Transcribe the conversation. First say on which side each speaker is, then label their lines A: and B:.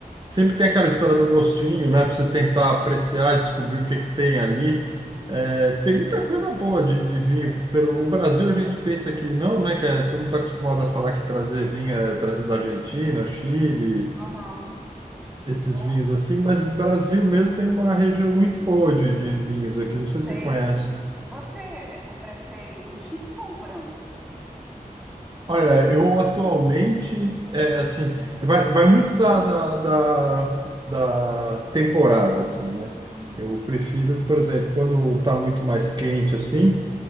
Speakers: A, on the right; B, in the centre.
A: Sempre tem aquela história do gostinho, né? Pra você tentar apreciar, descobrir o que é que tem ali. É, tem muita coisa boa de, de vinho. Pelo, o Brasil a gente pensa que não, né? Que é, todo mundo está acostumado a falar que trazer vinho é trazer da Argentina, Chile,
B: Aham.
A: esses vinhos assim, mas
B: isso.
A: o Brasil mesmo tem uma região muito boa de, de vinhos aqui, não sei se
B: Tem.
A: você conhece.
B: Você é, go- prefere o tinto ou o branco?
A: Olha, eu atualmente, é assim, vai, vai muito da, da, da, da temporada, assim, né?
B: Uhum,
A: Eu prefiro, por exemplo, quando tá muito mais quente, assim,